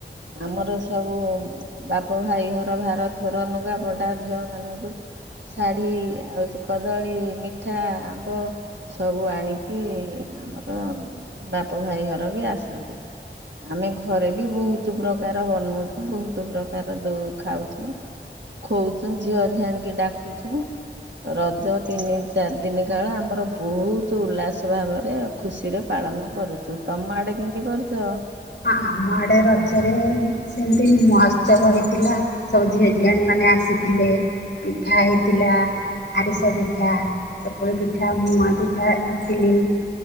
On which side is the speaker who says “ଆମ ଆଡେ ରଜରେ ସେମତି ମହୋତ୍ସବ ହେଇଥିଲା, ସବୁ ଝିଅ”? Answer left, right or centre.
Left